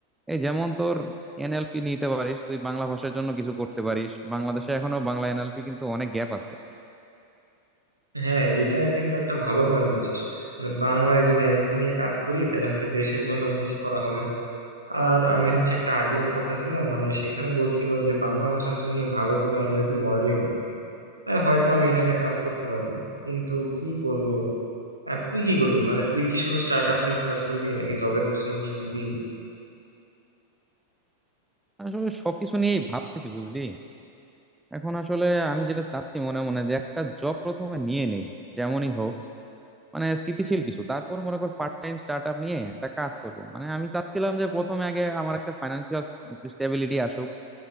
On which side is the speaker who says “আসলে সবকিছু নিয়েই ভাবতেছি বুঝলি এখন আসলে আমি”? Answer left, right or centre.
Centre